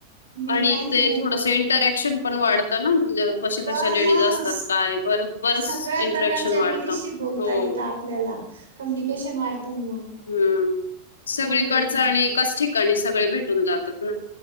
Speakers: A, on the right; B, on the left.
A: मी
B: आणि
A: काय नाही
B: ते
A: घरी.
B: थोडस इंटरॅक्शन पण वाढतं ना, म्हजे कश
A: व
B: कशा लेडीज
A: मग
B: असतात काय बरं? बरच
A: सगळ्या
B: इंट्रॅक्शन
A: प्रकारच्या
B: वाढतं.
A: लेडीजशी बोलता
B: हो.
A: येतं आपल्याला कम्युनिकेशन वाढत मग
B: हम्म सगळीकडचं
A: बरोबर आहे की नाही.
B: आणि एकाच ठिकाणी सगळे भेटून जातात ना.